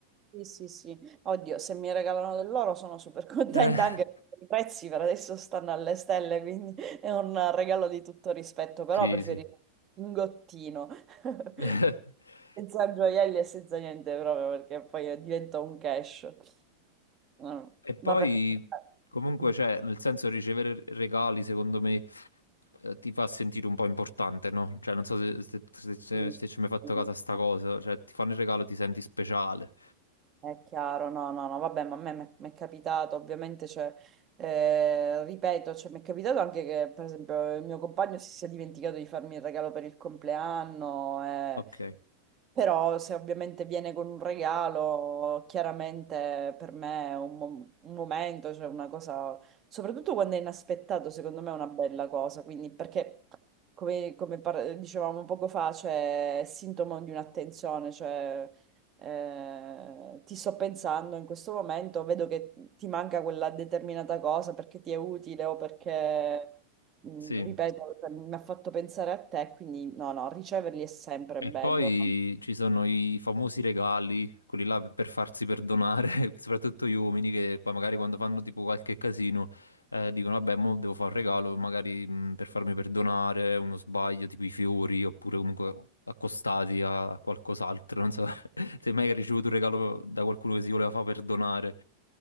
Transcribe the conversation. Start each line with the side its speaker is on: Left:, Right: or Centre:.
Right: Sì, sì, sì. Oddio, se mi regalano dell'oro sono super <laughs> contenta
Left: Eh,
Right: anche perché i prezzi per adesso stanno alle stelle, quindi è un regalo di tutto rispetto, però
Left: sì,
Right: preferisco
Left: sì.
Right: un gottino, <laughs>
Left: <laughs>
Right: senza gioielli e senza niente proprio, perché poi diventa un cash. No,
Left: E poi,
Right: ma perché...
Left: comunque,
Right: Sì,
Left: cioè, nel senso, ricevere regali, secondo me, eh, ti fa sentire un po' importante, no? Cioè, non so se, se- se- se-
Right: sì.
Left: se ci hai mai fatto
Right: sì,
Left: caso a sta
Right: no.
Left: cosa, cioè, ti fanno il regalo, ti senti speciale.
Right: È chiaro, no, no, no, vabbè, ma a me mi è capitato, ovviamente, cioè, eh, ripeto, cioè, mi è capitato anche che, per esempio, il mio compagno si sia dimenticato di farmi il regalo per il compleanno, eh,
Left: Ok.
Right: però se ovviamente viene con un regalo, chiaramente per me è un, mo- un momento, cioè una cosa, soprattutto quando è inaspettato, secondo me è una bella cosa, quindi perché, come, come par- dicevamo poco fa, cioè, è sintomo di un'attenzione, cioè eh, ti sto pensando in questo momento, vedo che ti manca quella determinata cosa perché ti è utile o perché, mh,
Left: Sì.
Right: ripeto, mi ha fatto pensare a te, quindi no, no, riceverli è sempre
Left: E
Right: bello.
Left: poi ci sono i famosi regali, quelli là per farsi perdonare, <laughs> soprattutto gli uomini che poi magari quando fanno tipo qualche casino eh, dicono vabbè, mo devo fare un regalo, magari mh, per farmi perdonare uno sbaglio, tipo i fiori oppure comunque accostati a, a qualcos'altro, non so <laughs> se mai hai ricevuto un regalo da qualcuno che si voleva far perdonare.